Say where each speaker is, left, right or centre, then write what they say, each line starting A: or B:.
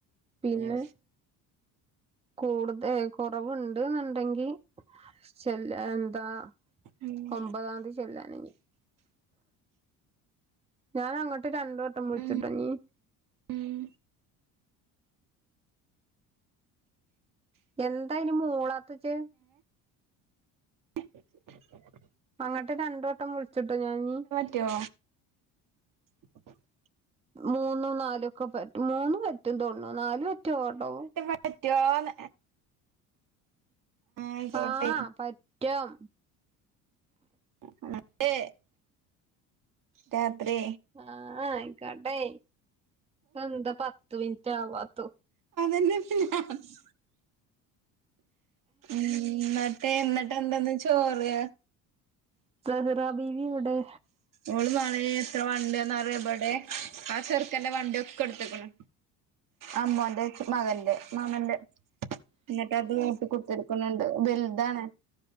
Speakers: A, on the right (about 15°); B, on the right (about 55°).
A: പിന്നെ
B: യെസ്
A: കൂടുത കുറവുണ്ട് ന്നുണ്ടെങ്കി ചെല്ല എന്താ
B: ഉം
A: ഒമ്പതാം തീചെല്ലാൻ <inaudible> ഞാൻ അങ്ങോട്ട് രണ്ടുവട്ടം വിളിച്ചിട്ടോ
B: ഉം
A: ഞ്ഞ്
B: ഉം
A: എന്താ ഇനി മൂളാത്തച്ച്
B: ഉം
A: അങ്ങട്ട് രണ്ടുവോട്ടം വിളിച്ചിട്ടോ ഞാനീനി
B: ട്ടിയോ <unintelligible>
A: മൂന്നും നാലു ഒക്കെ പറ്റും മൂന്നും പറ്റും തൊനുണ്ണു നാല് പറ്റു ഓട്ടോ
B: പറ്റോന്ന് ആയിക്കോട്ടെ
A: ആഹ് പറ്റും
B: <unintelligible> രാത്രി
A: ആഹ ആയിക്കട്ടെ ഇത് എന്താ പത്ത് മിനിറ്റ് ആവാത്തു
B: എ പി <unintelligible> ഉം ഇന്നട്ട് എന്താന്ന് ചോറ്
A: സെഹറ ബീവി ഓടെ
B: ഓള് നള എത്ര വണ്ടന്ന്റിയപടെ ആ ചെറുക്കൻന്റെ വണ്ടിയ ഒക്കെ ഇടുത്ക്ണ്. അമ്മോന്റെ മകന്റെ മകന്റെ എന്നിട്ട് അത് വോട്ട് കൊടുത്തിടുക്കുന്നുണ്ട് വലുതാണ്.